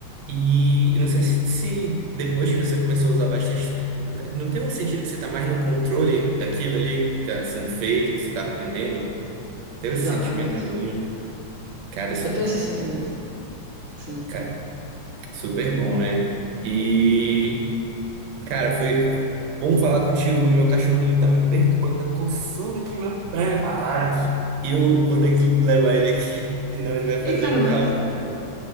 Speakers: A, on the right; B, on the left.
A: E eu não sei se, se depois que você começou a usar bastante, não tem um sentido que você tá mais no controle daquilo ali que tá sendo feito, que você tá aprendendo? Ter esse
B: exatamente.
A: sentimento, mais ou menos? cara, isso,
B: Eu tenho esse sentimento, sim.
A: cara, super bom, né? e Cara, foi bom falar contigo. Meu cachorrinho tá me perturbando, tá coçando aqui minha perna. Ah, Eu vou ter que levar ele aqui, <laughs> senão ele vai
B: Ei,
A: fazer
B: cara,
A: um
B: mas
A: caos aqui em casa.